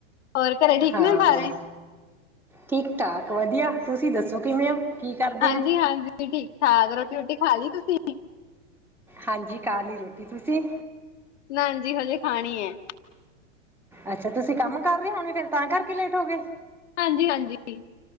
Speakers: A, on the left; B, in the centre.
A: ਹੋਰ ਘਰੇ ਠੀਕ
B: ਹਾਂ
A: ਨੇ ਸਾਰੇ
B: ਠੀਕ ਠਾਕ। ਵਧੀਆ ਤੁਸੀਂ ਦੱਸੋ ਕਿਵੇਂ ਹੋ? ਕੀ ਕਰਦੇ
A: ਹਾਂਜੀ
B: ਹੋ
A: ਹਾਂਜੀ ਠੀਕ ਠਾਕ ਰੋਟੀ ਰੋਟੀ ਖਾਲੀ ਤੁਸੀਂ।
B: ਹਾਂਜੀ ਖਾਲੀ ਰੋਟੀ ਤੁਸੀਂ
A: ਨਜੀ ਹਜੇ ਖਾਣੀ ਹੈ।
B: ਅੱਛਾ ਤੁਸੀਂ ਕੰਮ ਕਰ ਰਹੇ ਹੋਣੇ ਫੇਰ ਤਾਂ ਕਰਕੇ ਲੇਟ ਹੋ ਗਏ।
A: ਹਾਂਜੀ ਹਾਂਜੀ।